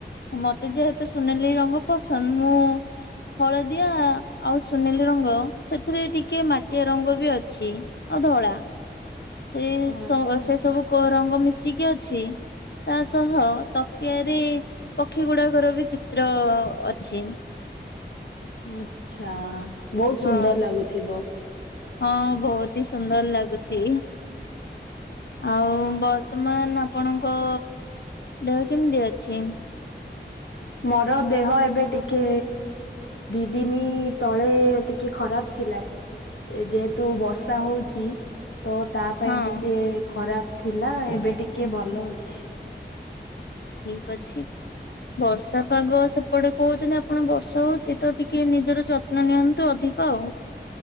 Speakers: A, on the left; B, on the left.
A: ମତେ ଯେହେତୁ ସୁନେଲି ରଙ୍ଗ ପସନ୍ଦ ମୁଁ ହଳଦିଆ ଆଉ ସୁନେଲ ରଙ୍ଗ ସେଥିରେ ଟିକେ ମାଟିଆ ରଙ୍ଗ ବି ଅଛି ଆଉ ଧଳା। ସେଇ
B: ଅ- ଅ-
A: ସେ ସବୁ ରଙ୍ଗ ମିଶିକି ଅଛି। ତା ସହ ତକିଆରେ ପକ୍ଷୀ ଗୁଡାକର ବି ଚିତ୍ର ଅଛି।
B: ଆଛା ବହୁତ ସୁନ୍ଦର
A: ହଁ
B: ଲାଗୁଥିବ।
A: ହଁ ବହୁତ ହି ସୁନ୍ଦର ଲାଗୁଛି। ଆଉ ବର୍ତ୍ତମାନ ଆପଣଙ୍କ ଦେହ କେମିତି ଅଛି?
B: ମୋର ଦେହ ଏବେ ଟିକେ ଦି ଦିନ ତଳେ ଟିକେ ଖରାପ ଥିଲା ଯେହେତୁ ବର୍ଷା ହଉଛି। ତ ତା ପାଇଁ
A: ହଁ
B: ଟିକେ ଖରାପ ଥିଲା ଏବେ ଟିକେ ଭଲ ଅଛି।
A: ଠିକ ଅଛି। ବର୍ଷା ପାଗ ସେପଟେ କହୁଛନ୍ତି ଆପଣ ବର୍ଷା ହଉଛି ତ ଟିକେ ନିଜର ଯତ୍ନ ନିଅନ୍ତୁ ଅଧିକ ଧିକ